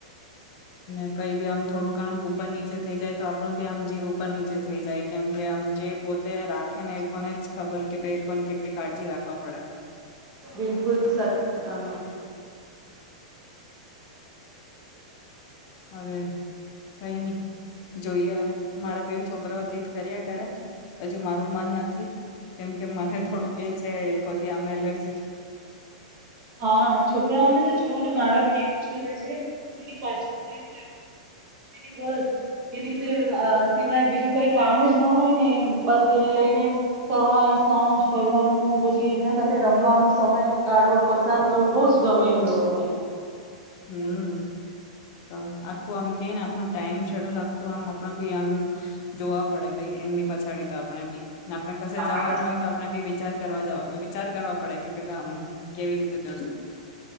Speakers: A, on the left; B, on the right.
A: હ કઈ ભી આમ થોડું ઘણું ઉપર નીચે થઈ જાય તો આપણો ભી આમ જીવ ઉપર નીચે થઈ જાય કેમ કે આમ જે પોતે રાખે ને એ લોકોને જ ખબર કે ભ એ લોકોને કેટલી કાળજી રાખવા પડે.
B: બિલકુલ તમે
A: હવે કઈ નહી. જોઈએ હવે મારા બેી છોકરા જીત કર્યા કરે હજુ મારું મન નથી કેમ કે મને થોડું કે છે. કોતી આમાં એલર્જી
B: હા છોકરાઓને તો જોવ ને મારા બી એવું જ કરે છે એની પાછું એવ <unintelligible> એની સી અ સિવાય બીજું કઈ કામ જ ન હોય ને એમ. બસ એને લઈને સવાર સાંજ ફરવાનું. પછી એમના સાથે રમવાનું, સમય કાઢવો, પસાર કરવો બહુજ ગમે એમ લોકોને
A: હમ્મ, તો આખું આમ કે ને આપણું ટાઈમ શેડ્યુલ આખું આમ આપણો ભી આમ જોવા પડે ભાઈ એમની પછાડી તો આપડણે બી. ને આપણે કશે
B: હા
A: જવાનું હોય તો આપડણે બી વિચાર કરવા જ વિચાર કરવા પડે કે પેલા આમ કેવી રીતે જશ